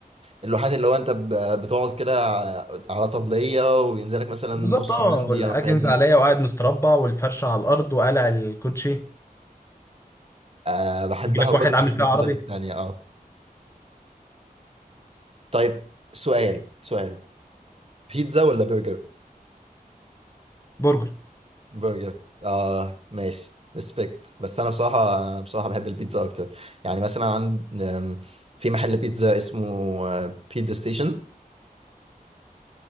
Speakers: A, on the right; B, on the left.
A: اللوحات اللي هو انت ب- بتقعد كده على على طبليه وينزلك مثلا
B: بالظبط
A: نص
B: اه
A: مندي
B: ولا
A: او الحاجات
B: اجي ينزل
A: دي
B: عليا وقاعد مستربع والفرشه على الارض وقالع الكوتشي
A: أه بحبها
B: يجي لك واحد
A: برضه
B: عامل
A: بس
B: فيها
A: من الفترة
B: عربي
A: للتانية اه طيب سؤال سؤال بيتزا ولا برجر
B: برجر
A: برجر اه ماشي ريسبكت بس انا بصراحه انا بصراحه بحب البيتزا اكتر يعني مثلا عند آم، في محل بيتزا اسمه بيتزا ستيشن